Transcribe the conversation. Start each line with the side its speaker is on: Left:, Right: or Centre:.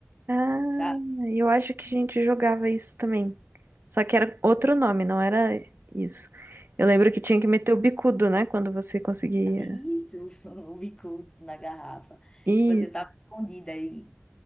Right: Ah,
Left: sabe?
Right: eu acho que a gente jogava isso também. Só que era outro nome, não era isso. Eu lembro que tinha que meter o bicudo, né? Quando você conseguia.
Left: Isso, <laughs> o bicudo na garrafa.
Right: Isso.
Left: Tipo assim, eu tava escondida aí.